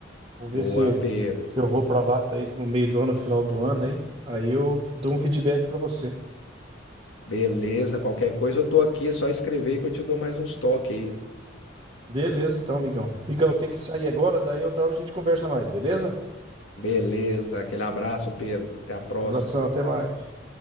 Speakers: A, on the right; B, on the left.
A: Vou
B: Boa,
A: ver se,
B: Pedro.
A: se eu vou para lá tá aí no meio do ano, final do ano aí. Aí eu dou um feedback para você.
B: Beleza, qualquer coisa eu tô aqui, é só escrever que eu te dou mais uns toques aí.
A: Beleza, então, amigão. Amigão, eu tenho que sair agora, daí outra hora a gente conversa mais, beleza?
B: Beleza, aquele abraço, Pedro. Até a próxima.
A: Abração, até mais.